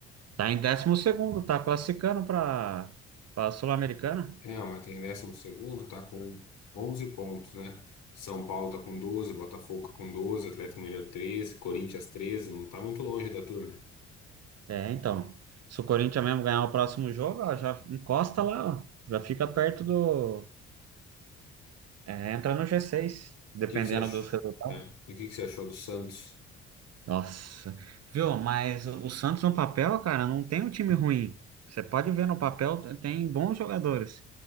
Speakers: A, on the right; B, on the left.
A: tá em décimo segundo, tá classificando para para Sul-Americana.
B: É, o Maitá em 12º tá com 11 pontos, né? São Paulo tá com 12, Botafogo tá com 12, Atlético Mineiro 13, Corinthians 13. não está muito longe da turma. O
A: É, então, se o Corinthians mesmo ganhar o próximo jogo, ó, já encosta lá, ó, já fica perto do é, entra no g seis, dependendo
B: que que você achou?
A: dos resultados.
B: E o que que você achou do Santos?
A: Nossa, viu? Mas o Santos no papel, cara, não tem um time ruim. Você pode ver no papel, tem bons jogadores.